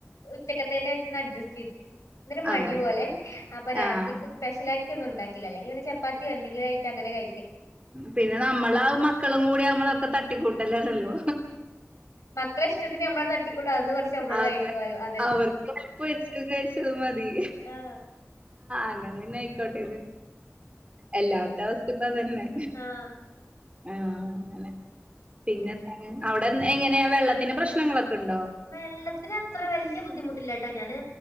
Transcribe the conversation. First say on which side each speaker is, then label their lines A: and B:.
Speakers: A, on the left; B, on the right.
A: ഉച്ചക്കത്തന്നെ ആട്ടന്ന് അഡ്ജസ്റ്റ്- എന്നന്ന മടി
B: അതെല്ലേ
A: പോല്ലെ അപ്പൊ രാത്രിക്ക്
B: ആഹ്
A: സ്പെഷ്യല ആട്ടി ഒന്ന ഉണ്ടാക്കി- അെങ്കിൽന്നെ ചപ്പാത്തി എന്തെങ്കുംയിട്ട്ങ്ങനെ ക
B: പിന്നെ നമ്മൾ ആ മക്കളും കൂടി നമ്മളൊക്കെ തട്ടിക്കൂട്ടലല്ലോ
A: മക്കള ഇഷ്ടന് നമ്മുടെ നട്ടിക്ക കുളോ ക്യ
B: അതെ. അവർക്ക് കൊഴപ്പ വെച്ചത് കരിച്ചത് മതി
A: ആഹ്
B: അങ്ങനെന്നെ ആയിക്കോട്ടെ
A: ഉം
B: എല്ലാത്ത അവസ്ഥ ഇപ്പ അതന്നെ
A: ആഹ്
B: ആഹ അെ പിന്നെ അവിടെ എങ്ങനെയാ വെള്ളത്തിന്റെ പ്രശ്നങ്ങളൊക്കെ ഉണ്ടോ?
A: വെള്ളത്തി ഇതിനന് അത്ര വലിയ ബുദ്ധിമുട്ടില്ല കേട്ടോ ഞാന്